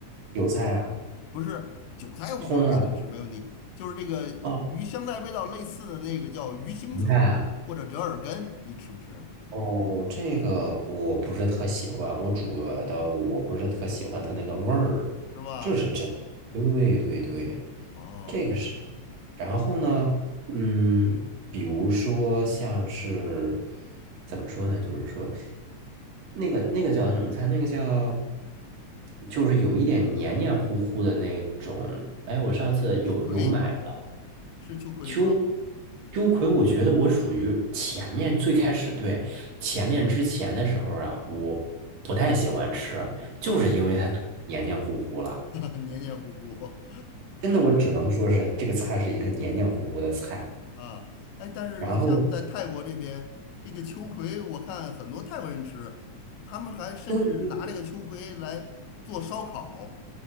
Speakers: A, on the right; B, on the left.
A: 韭菜啊、
B: 不是韭菜，我也能吃，
A: 葱啊、
B: 没问题。就是这个与香菜味道类似的那个叫鱼腥草或者折耳根，
A: 哦，芹菜啊，
B: 你吃不吃？
A: 哦，这个我不是特喜欢，我煮的我不是特喜欢它那个味儿，
B: 是吧？
A: 这是真，对对对，
B: 哦，
A: 这个是。然后呢，嗯，比如说像是怎么说呢？就是说，那个那个叫什么菜？那个叫就是有一点黏黏糊糊的那种。哎，我上次有有买到
B: 秋葵是秋葵吗？
A: 秋秋葵，我觉得我属于前面最开始对前面之前的时候啊，我不太喜欢吃，就是因为它黏黏糊糊了。
B: 嗯，<laughs> 黏黏糊糊。
A: 真的，我只能说是这个菜是一个黏黏糊糊的菜。
B: 啊，哎，但是像在泰国这边，
A: 然后，
B: 这个秋葵我看很多泰国人吃，他们还甚至拿这个秋葵来做烧烤，
A: 对